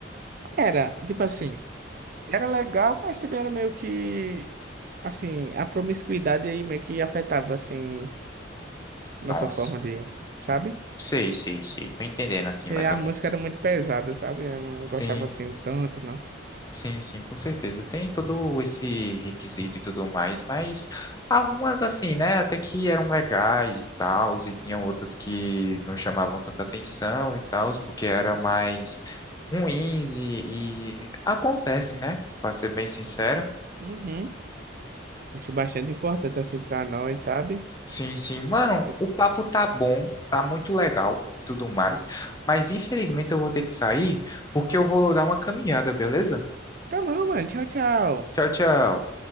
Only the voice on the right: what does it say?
Era, tipo assim, era legal, mas também era meio que, assim, a promiscuidade aí meio que afetava, assim, nossa
forma de, sabe?
E a
música era muito pesada, sabe? Eu não gostava,
assim, tanto, não.
Uhum. Acho bastante importante assim pra nós, sabe?
E
tá bom, mano. Tchau, tchau.